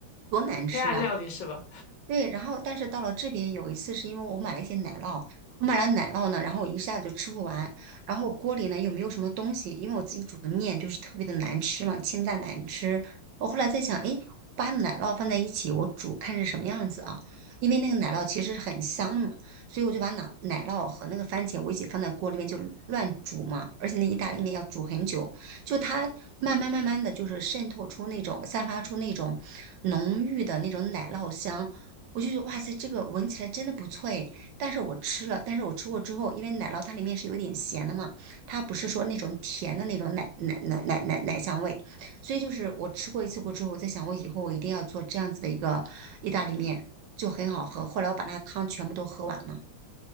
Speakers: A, on the right (about 75°); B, on the left (about 70°).
A: 多难吃啊！
B: 黑暗料理是吧？
A: 对，然后但是到了这边有一次是因为我买了一些奶酪，我买了奶酪呢，然后我一下子就吃不完，然后锅里呢又没有什么东西，因为我自己煮的面就是特别的难吃嘛，清淡难吃。我后来在想，诶，把奶酪放在一起，我煮看是什么样子啊？因为那个奶酪其实是很香的嘛，所以我就把奶奶酪和那个番茄我一起放在锅里面就乱煮嘛，而且那意大利面要煮很久，就它慢慢慢慢的就是渗透出那种散发出那种浓郁的那种奶酪香。我就觉得哇塞，这个闻起来真的不错诶。但是我吃了，但是我吃过之后，因为奶酪它里面是有点咸的嘛，它不是说那种甜的那种奶奶奶奶奶奶香味，所以就是我吃过一次过之后，我在想我以后我一定要做这样子的一个意大利面，就很好喝。后来我把那个汤全部都喝完了。